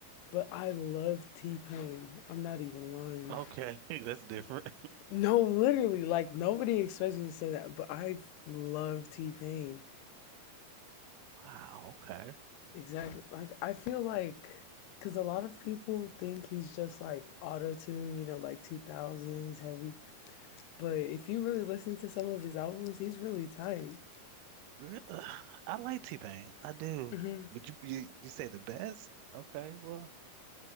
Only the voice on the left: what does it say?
but I love T Pain. I'm not even lying.
No, literally, like nobody expects me to say that, but I love T Pain.
Exactly. Like, I feel like, because a lot of people think he's just like auto tune, you know, like 2000s heavy, but if you really listen to some of his albums, he's really tight.
Mhm.